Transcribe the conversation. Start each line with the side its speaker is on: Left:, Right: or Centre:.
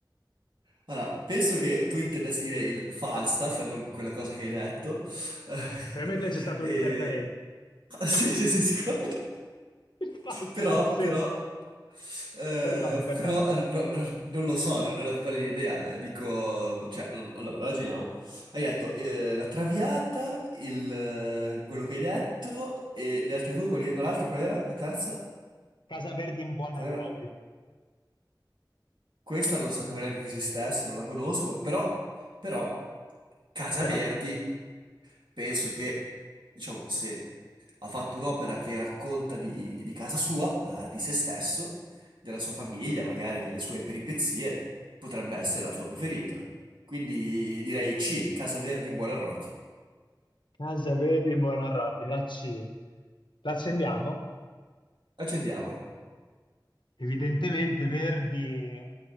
Right: Allora, penso che tu intendessi dire il Falstaff, e non quella cosa che hai detto. <laughs>
Left: Probabilmente c'è stata
Right: Eh,
Left: un'interferenza.
Right: e- sì, sì, sì, sicuramente.
Left: <laughs> Il Fast
Right: Però,
Left: Lap, sì.
Right: però, eh,
Left: Perdon, perdon.
Right: però eh, no- no- non lo so, non ne ho la più pallida idea. Dico, cioè, non- allora, ragioniamo. Hai detto eh, la Traviata, il, eh, quello che hai detto, e le altre due, quali, no, l'altra qual era? La terza?
Left: Casa Verdi in Buonarroti.
Right: Qual era? Questa non sapevo neanche che esistesse, non la conosco, però, però, Casa
Left: Però
Right: Verdi. penso che, diciamo, se ha fatto un'opera che racconta di, di casa sua, eh, di se stesso, della sua famiglia, magari delle sue peripezie, potrebbe essere la sua preferita. Quindi direi C, Casa Verdi in Buonarroti.
Left: Casa Verde di Buonarroti, la C. L'accendiamo?
Right: Accendiamola.
Left: Evidentemente Verdi